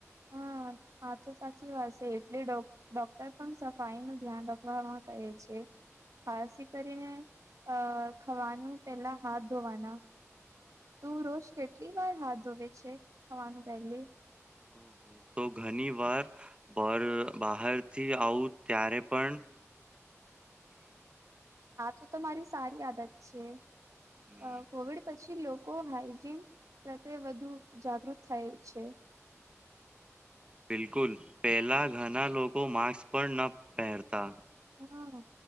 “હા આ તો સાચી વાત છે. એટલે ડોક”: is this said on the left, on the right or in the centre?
Right